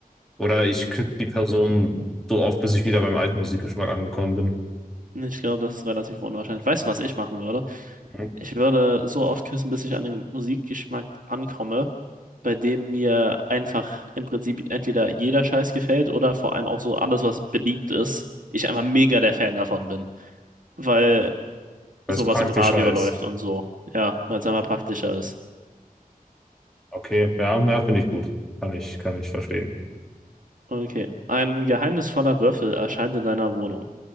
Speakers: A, in the centre; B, on the right.
A: Oder ich küsse die Person so oft, bis ich wieder beim alten Musikgeschmack angekommen bin,
B: Ich glaube, das ist relativ unwahrscheinlich. Weißt du, was ich machen würde?
A: Mhm.
B: Ich würde so oft küssen, bis ich an den Musikgeschmack ankomme, bei dem mir einfach im Prinzip entweder jeder Scheiß gefällt oder vor allem auch so alles, was beliebt ist. Ich einfach mega der Fan davon bin, weil
A: weil
B: sowas
A: es praktischer
B: im Radio
A: ist.
B: läuft und so. Ja, weil es einfach praktischer ist.
A: Okay, ja, ja, finde ich gut. Kann ich, kann ich verstehen.
B: Okay. Ein geheimnisvoller Würfel erscheint in deiner Wohnung.